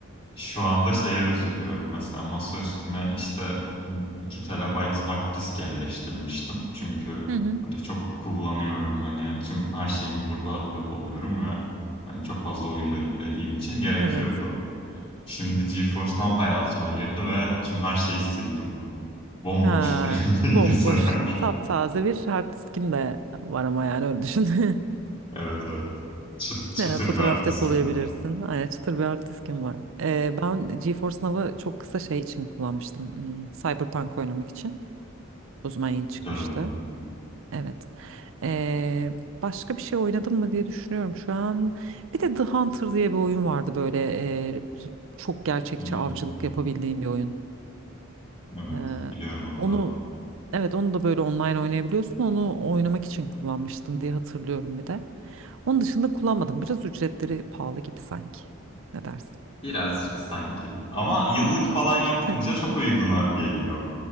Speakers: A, on the left; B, on the right.
A: Şu anda şeye üzülüyorum mesela masa üstüme işte m, 2 TB hard disk yerleştirmiştim. Çünkü
B: Hı hı.
A: hani çok kullanıyorum hani tüm her şeyimi burada depoluyorum ve hani çok fazla oyun da yüklediğim için gerekiyordu.
B: Evet.
A: Şimdi GeForce Now hayatıma girdi ve tüm her şeyi sildim. Bomboş
B: Ha,
A: duruyor <laughs> bilgisayar.
B: bomboş, taptaze bir hard diskin de var ama yani öyle düşün. <laughs>
A: Evet evet. Çıt, çıtır
B: Ne, fotoğraf
A: bir hard diskim
B: depolayabilirsin.
A: var.
B: Aynen çıtır bir hard diskim var. Ee, ben GeForce Now'ı çok kısa şey için kullanmıştım. Hmm, Cyberpunk oynamak için. O zaman yeni çıkmıştı.
A: Güzel oyun.
B: Evet. Ee, başka bir şey oynadım mı diye düşünüyorum şu an. Bir de The Hunter diye bir oyun vardı böyle. e, çok gerçekçi
A: Hmm,
B: avcılık yapabildiğim bir oyun.
A: evet
B: Ee,
A: biliyorum onu
B: onu evet onu da böyle online oynayabiliyorsun. Onu oynamak için kullanmıştım diye hatırlıyorum bir de. Onun dışında kullanmadım. Biraz ücretleri pahalı gibi sanki. Ne dersin?
A: Birazcık sanki. Ama yıllık
B: Hı, bir
A: falan
B: küçük.
A: yapınca çok uyguna geliyor.